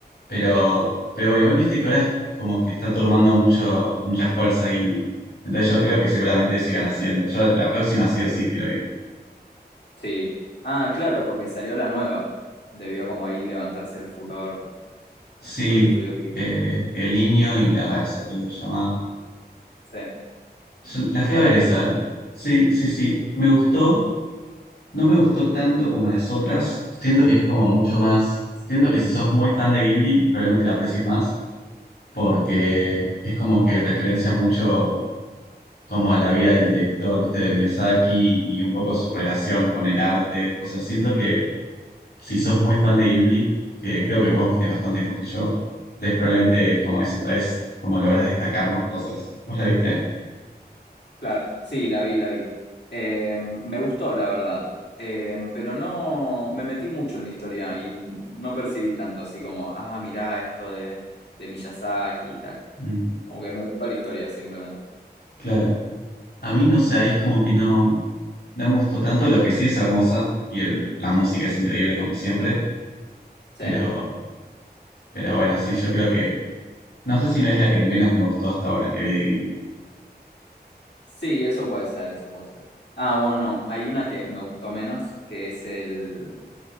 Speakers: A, on the left; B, on the left.
A: pero, pero bueno, igual viste que ahora es como que está tomando mucho, mucha fuerza Ghibli. Entonces yo creo que seguramente sigan haciendo. Yo la próxima sí o sí quiero ir.
B: Sí. Ah, claro, porque salió la nueva. Debió como ahí levantarse el furor
A: Sí,
B: por estudios Ghibli.
A: eh, El Niño y la Garza, lo que se llamaba.
B: Sí,
A: Yo la fui a
B: ¿la
A: ver
B: viste?
A: esa, ¿eh? Sí, sí, sí. Me gustó, no me gustó tanto como las otras. Siento que es como mucho más. Siento que si sos muy fan de Ghibli, probablemente la aprecies más, porque es como que referencia mucho como a la vida del director, viste, de Miyazaki y un poco su relación con el arte. O sea, siento que si sos muy fan de Ghibli, que creo que vos viste bastante más que yo, entonces probablemente es como eso, tal vez como logras destacar más cosas. ¿Vos la viste?
B: Claro, sí, la vi, la vi. Eh, me gustó, la verdad. Eh, pero no me metí mucho en la historia y no percibí tanto así como, ah, mirá esto de, de Miyazaki y tal.
A: Mm,
B: Como que me gustó la historia simplemente.
A: claro. A mí no sé, ahí es como que no, no me gustó tanto, lo que sí es hermosa y el, la música es increíble como siempre,
B: Sí,
A: pero, pero bueno, sí, yo creo que, no sé si no es la que menos me gustó hasta ahora que vi de Ghibli.
B: sí, eso puede ser, eso puede ser. Ah, bueno, no, hay una que me gustó menos, que es el,